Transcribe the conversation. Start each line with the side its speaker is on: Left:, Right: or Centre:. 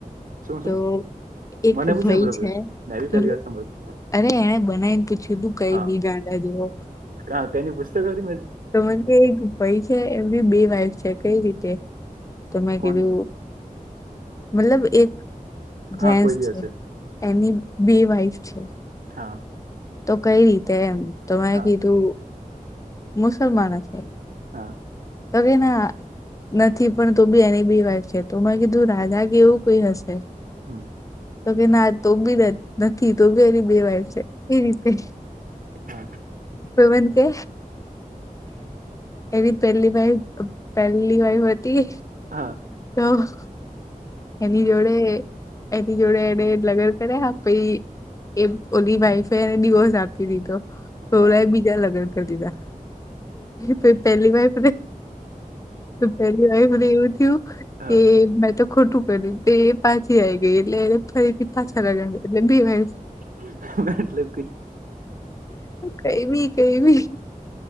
Right: શું શું
Left: તો એક
Right: મને પૂછે
Left: ભાઈ
Right: બરોબર
Left: છે
Right: મેં બી
Left: મતલબ
Right: પહેલી વાર સાંભળ્યું
Left: અરે એણે બનાવીને પૂછ્યું તું કઈ
Right: હા
Left: બી ગાડા જેવો.
Right: હા કની પુસ્તક વા મે
Left: તો મને એક ભાઈ છે એમ બી બે વાઈફ છે કઈ રીતે? તો મેં કીધું
Right: કોની
Left: મતલબ એક જેન્સ
Right: હા કોઈ બી
Left: છે.
Right: હશે
Left: એની બે વાઈફ છે.
Right: હા.
Left: તો કઈ રીતે એમ તો મેં
Right: હા
Left: કીધું, મુસલમાન હશે.
Right: હા.
Left: તવેના. નથી પણ તો બી એની બી વાત છે તો મેમાં કીધું રાધા કેવું કોઈ હશે.
Right: હમ્મ.
Left: તો કે ના તો બી નથી તો બી એ. વાય છે એ રીતે
Right: હા
Left: પવન કે. એવી પેલી વાય પહેલી વાય હતી.
Right: હા.
Left: તો. એની જોડે એની જોડે એને લગન કર્યા પી એ ઓલી વાઈફે એને ડડીિવોર્સ આપી દીધો. તો
Right: હા
Left: ઓલા એ બીજા લગ્ન કરી દીધા પ પહેલી વાર પેલી વા મને એવું થયું
Right: હા
Left: કે મે તો ખોટું કરી્યું તે પાછી આવી ગઈ એટલે એ ફરીથી પાછા લગ ગ એટલે બે વાગ
Right: એટલે.
Left: કઈ બી કઈ બી